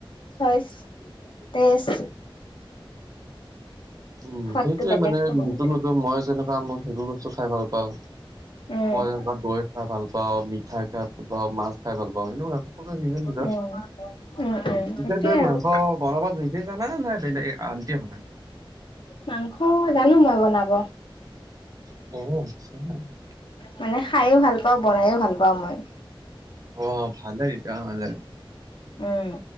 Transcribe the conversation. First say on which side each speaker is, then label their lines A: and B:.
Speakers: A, on the left; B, on the right.
A: চইচ তেষ্ট
B: উম,
A: সোৱাদটো
B: সেইটোয়ে
A: বেলেগ
B: মানে
A: চবৰে
B: নতুন-নতুন মই যেনে মই সেইবোৰ বস্তু খাই ভাল পাওঁ।
A: উম
B: মই এনেকুৱা দৈ খাই ভাল পা বা মিঠাই খাই ভাল পাওঁ, মাছ খাই ভাল পাওঁ। সেনেকুৱা সদায় নিজৰ নিজৰ,
A: উম উম উম
B: বিশেষ
A: সেইটোয়ে
B: কৈ
A: আৰু
B: মাংস বনাব নিজে জানা নে বেলেগে আনটিয়ে বনায়?
A: মাংস জানো মই বনাব।
B: <unintelligible>
A: মানে খাইও ভাল পাওঁ, বনাইও ভাল পাওঁ মই।
B: অ', ভালেইে তেতিয়াহলে।
A: উম।